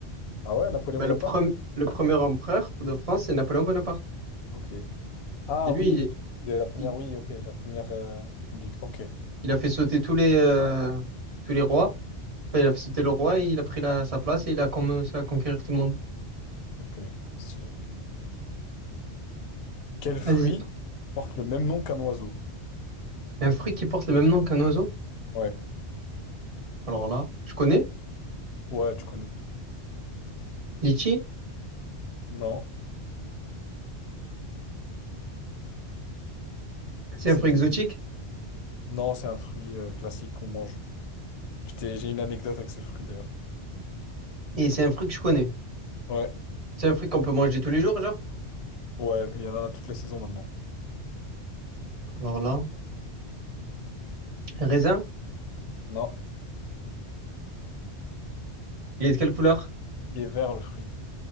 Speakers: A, on the left; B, on the right.
A: Ah ouais, Napoléon
B: Bah,
A: Bonaparte?
B: le, prem- le premier empereur de France, c'est Napoléon Bonaparte.
A: Ok. Ah
B: C'est lui,
A: oui,
B: il,
A: oui. De la première,
B: il,
A: oui, ok. De la Première euh, République. Ok.
B: il a fait sauter tous les, euh, tous les rois. Enfin, il a fait sauter le roi et il a pris la, sa place et il a commencé à conquérir tout le monde.
A: Ok. Stylé. Quel fruit
B: Vas-y.
A: porte le même nom qu'un oiseau?
B: Un fruit qui porte le même nom qu'un oiseau.
A: Ouais.
B: Alors là, je connais.
A: Ouais, tu connais.
B: Litchi,
A: Non,
B: c'est
A: essaie
B: un fruit
A: de
B: exotique
A: deviner. Non, c'est un fruit euh, classique qu'on mange. Je t'ai- J'ai une anecdote avec ce fruit d'ailleurs.
B: et c'est un fruit que je connais.
A: Ouais,
B: C'est un fruit qu'on peut manger tous les jours, genre.
A: ouais, il y en a toutes les saisons maintenant.
B: Alors là, raisin,
A: Non,
B: il est de quelle couleur?
A: il est vert le fruit.